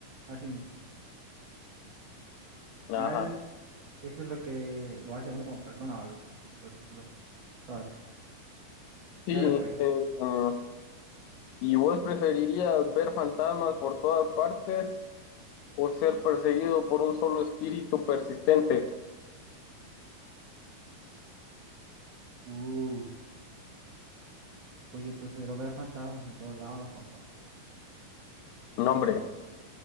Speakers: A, on the right (about 70°); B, on the left (about 80°).
A: Al
B: ¿no?
A: final,
B: Ajá.
A: eso es lo que lo hace a uno como persona, ¿va? los, los, los, todo eso.
B: Sí,
A: Dale, pues.
B: eh, mm, ¿y vos preferirías ver fantasmas por todas partes o ser perseguido por un solo espíritu persistente?
A: Uh, pues yo prefiero ver fantasmas en todos lados, compa.
B: No, hombre,